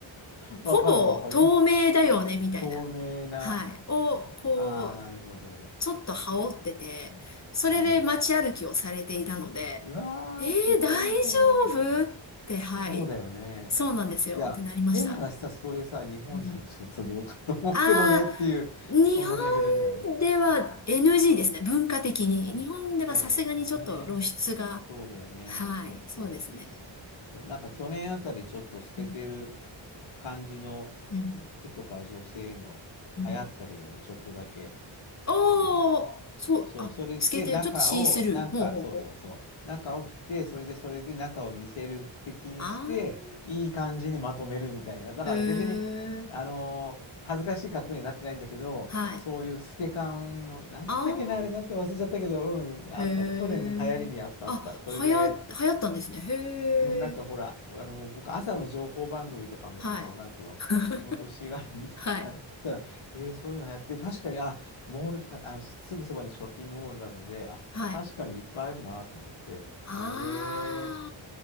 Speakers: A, on the left; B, on the left.
A: わかるわかる。
B: う、ほぼ透明だよね、
A: い
B: みたいな。
A: 透明な。
B: はい。を、こう、
A: ああ、なるほど。
B: ちょっと羽織ってて、それで街歩きをされていたので、
A: うん。うわー、
B: えー、
A: すごい、
B: 大
A: それ。
B: 丈夫って、はい。
A: そうだよね。
B: そうなんですよ。
A: いや、
B: ってなりました。
A: 変な話さ、それさ、日本でもちょっとどうかと思うけどねっていう、
B: うん。ああ日
A: そのレベルだよね。
B: 本では NG ですね。文化的に。
A: そうだ、
B: 日本ではさすがにちょっと露出が。
A: そうだよね。そうだよね。
B: はい。
A: そうそう。
B: そうですね。
A: そう。なんか去年あたりちょっと透けてる
B: うん。
A: 感じの
B: うん。
A: 服とか女性の流行ったけどね、
B: うん
A: ちょっとだけ。
B: おー、
A: うん。
B: そう、
A: そう、
B: あ、
A: それで中を、
B: 透けてる。ちょっとシースルー。
A: なんか、
B: ほうほうほう。
A: そうそうそう、中を着て、それでそれで中を見せる的にして、
B: あ
A: いい感じにまとめるみたいな。だから別に、
B: ー、へー、
A: あのー恥ずかしい格好にはなってないんだけど、
B: はい。
A: そういう透け感を、なんつったっけな、
B: あ
A: あれなんて忘れちゃったけど、うん、あった。
B: ー、へー。
A: 去年の流行りにあったあった。
B: あ、
A: それで、
B: はや、流行ったんですね。へー、
A: うん、なんかほら、あの、僕、朝の情報番組とかも、
B: は
A: こう、なんていうの、
B: い。<laughs>
A: 仕事しがら見てることだったら、
B: はい。
A: えー、そういうのやって、確かに、あ、モール、た、あの、すぐそばにショッピングモールがあるので、あ、
B: はい。
A: 確かにいっぱいあるなと思って、
B: あ
A: え